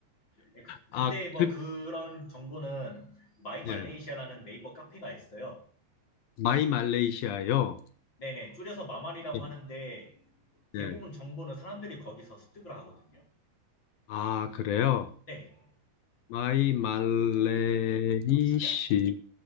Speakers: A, on the left; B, on the left.
A: 예, 그-
B: 아,
A: 근데 뭐
B: 그,
A: 그런 정보는 마이 말레이시아라는
B: 예.
A: 네이버 카페가 있어요.
B: 마이 말레이시아요?
A: 네네, 줄여서 마말이라고
B: 예.
A: 하는데
B: 네.
A: 대부분 정보는 사람들이 거기서 습득을 하거든요.
B: 아, 그래요?
A: 네,
B: 마이 말레이시
A: 이시야.